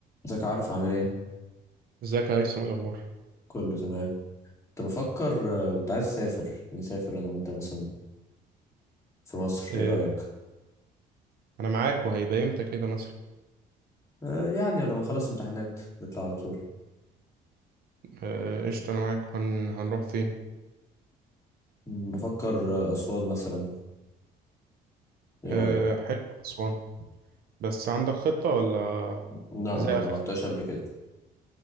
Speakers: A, on the left; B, on the right.
A: ازيك عارف عامل ايه
B: ازيك يا هيثم إيه الاخبار
A: كله تمام كنت بفكر آه، كنت عايز اسافر نسافر انا وانت مثلا في مصر
B: إيه،
A: ايه رايك
B: انا معاك وهيبقى امتى كده مثلا
A: آه، يعني لما نخلص امتحانات نطلع على طول
B: آه، قشطه انا معاك هن... هنروح فين
A: مم، بفكر آه، اسوان مثلا ايه
B: آه،
A: رايك
B: حلو اسوان بس عندك خطه ولا
A: لا
B: زي
A: انا
B: اخر
A: ما روحتهاش قبل كده